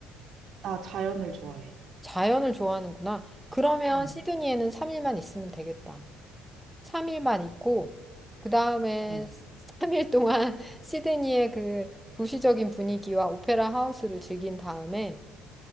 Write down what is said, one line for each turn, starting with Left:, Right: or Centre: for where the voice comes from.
Right: 나 자연을 좋아해.
Centre: 자연을 좋아하는구나. 그러면
Right: 응,
Centre: 시드니에는 3일만 있으면 되겠다. 3일만 있고, 그 다음에
Right: 응,
Centre: 3일 동안 <laughs> 시드니의 그 도시적인 분위기와 오페라 하우스를 즐긴 다음에,